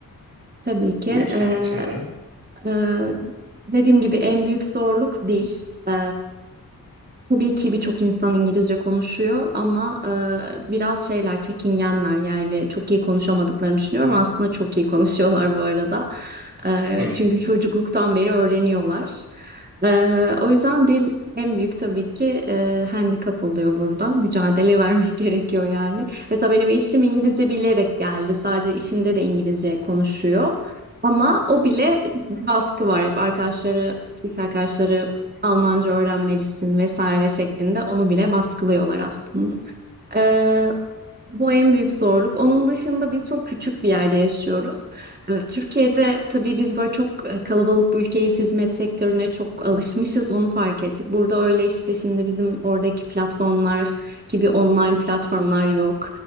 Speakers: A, on the right; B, on the right.
A: Tabii ki.
B: bu iki
A: Ee,
B: sene içinde?
A: Ee, dediğim gibi en büyük zorluk dil. Ee, tabii ki birçok insan İngilizce konuşuyor ama e, biraz şeyler çekingenler yani çok iyi konuşamadıklarını düşünüyorum. Aslında çok iyi konuşuyorlar bu arada. Ee,
B: Hı.
A: çünkü çocukluktan beri öğreniyorlar. Ee, o yüzden dil en büyük tabii ki e, handikap oluyor burada. Mücadele vermek <laughs> gerekiyor yani. Mesela benim eşim İngilizce bilerek geldi. Sadece işinde de İngilizce konuşuyor. Ama o bile bir baskı var hep arkadaşları, lise arkadaşları Almanca öğrenmelisin vesaire şeklinde onu bile baskılıyorlar aslında. Ee, bu en büyük zorluk. Onun dışında biz çok küçük bir yerde yaşıyoruz. Ee, Türkiye'de tabii biz böyle çok e, kalabalık bir ülkeyiz, hizmet sektörüne çok alışmışız, onu fark ettik. Burada öyle işte şimdi bizim oradaki platformlar gibi online platformlar yok.